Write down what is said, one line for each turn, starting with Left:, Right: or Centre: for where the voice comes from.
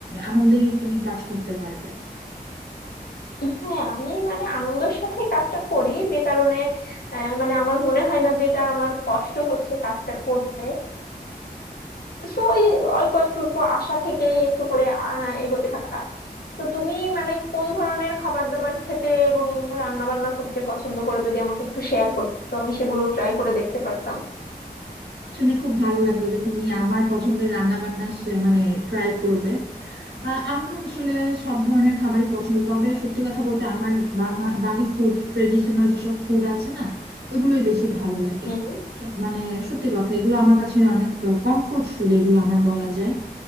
Right: আনন্দেই তুমি কাজ করতে পারবে
Left: আহ, হ্যাঁ আমি মানে আনন্দের সাথে কাজটা করি যে কারণে আহ, মানে আমার মনে হয় না যে এটা আমার কষ্ট হচ্ছে কাজটা করতে সো ওই অল্প একটু অল্প আশা থেকে একটু করে আহ, এগোতে থাকা তো তুমি মানে কোন ধরনের খাবার দাবার খেতে এবং রান্না বান্না করতে পছন্দ করো যদি আমাকে একটু শেয়ার করতে তো আমি সেগুলো ট্রাই করে দেখতে পারতাম
Right: শুনে খুব ভালো লাগলো যে তুমি আমার পছন্দের রান্না বান্না মানে ট্রাই করবে আহ, আমার আসলে সব ধরনের খাবারই পছন্দ তবে সত্যি কথা বলতে আমার বাংলা বাঙালি ফুড ট্রেডিশনাল যেসব ফুড আছে না ওইগুলোই বেশি ভালো লাগে
Left: হুম
Right: স- মানে সত্যি কথা এগুলো আমার কাছে অনেক কমফোর্ট ফুড এগুলো আমার বলা যায়